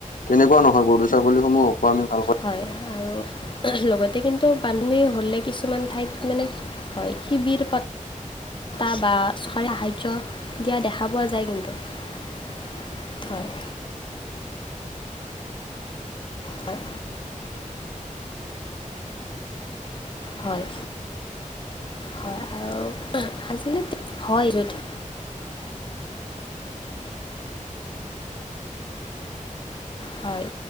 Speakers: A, on the left; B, on the left.
A: তেনেকুৱা নহয়। গৰু-ছাগলীসমূহক আমি ভালা
B: হয় আৰু লগতে কিন্তু পানী হ'লে কিছুমান ঠাইত মানে হয় শিবিৰ পাত এটা বা চৰকাৰী সাহাৰ্য্য দিয়া দেখা পোৱা যায় কিন্তু। হয়। হয়। হয় হয় আৰু আজিলৈ হয় এইটো হয়।